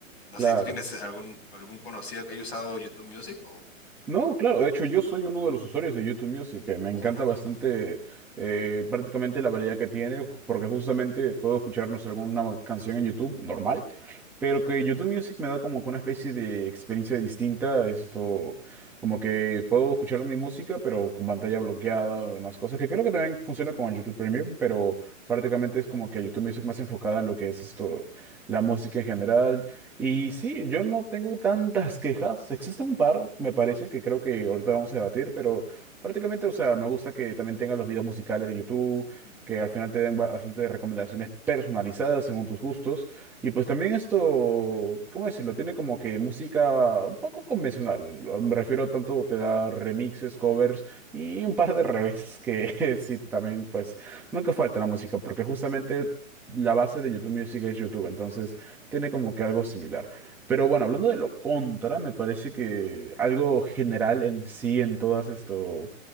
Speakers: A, on the left; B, in the centre.
A: No
B: claro.
A: sé si tú tienes algún, algún conocido que haya usado YouTube Music o...
B: No, claro, de hecho yo soy uno de los usuarios de YouTube Music, que
A: o-
B: me encanta
A: <laughs>
B: bastante eh, prácticamente la variedad que tiene, porque justamente puedo escucharnos alguna canción en YouTube normal, pero que YouTube Music me da como que una especie de experiencia distinta, esto como que puedo escuchar mi música, pero con pantalla bloqueada o demás cosas, que creo que también funciona con el YouTube Premium, pero prácticamente es como que YouTube Music más enfocada en lo que es esto, la música en general. Y sí, yo no tengo tantas quejas. Existe un par, me parece, que creo que ahorita vamos a debatir, pero prácticamente, o sea, me gusta que también tenga los videos musicales de YouTube,
A: Ujú.
B: que al final te den ba- bastante recomendaciones personalizadas según tus gustos. Y pues también esto, ¿cómo decirlo? Tiene como que música un poco convencional. Me refiero tanto te da remixes, covers y un par de revés que <laughs> sí, también pues nunca falta la música, porque justamente la base de YouTube Music es YouTube, entonces tiene como que algo similar. Pero bueno, hablando de lo contra, me parece que algo general en sí, en todas esto,